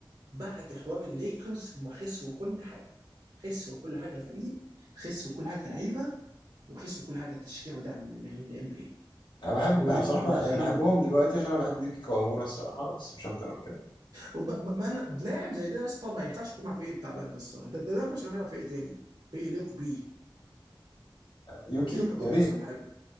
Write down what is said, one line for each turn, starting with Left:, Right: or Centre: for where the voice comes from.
Right: بعد حوار الليكرز هم خسروا كل حاجة خسروا كل حاجه فريق خسروا كل حاجه كلعيبه وخسروا كل حاجه تشجيع ودعم من من الام بي اي
Left: انا بحب
Right: وبعدين
Left: بصراحه بقى-
Right: دخلوا
Left: يعني بحبهم دلوقتي عشان انا بحب يوكي كوامورا الصراحه بس مش اكتر من كده
Right: وب- ما ما أنا- لاعب زي ده يا اسطى ما ينفعش يكون مع فريق التعبان ده الصراحه ده ده لاعب عشان يروح يلعب فريق تاني فريق يليق بيه
Left: يوكي
Right: يروح الروكيتس
Left: يا ريت
Right: ولا حاجه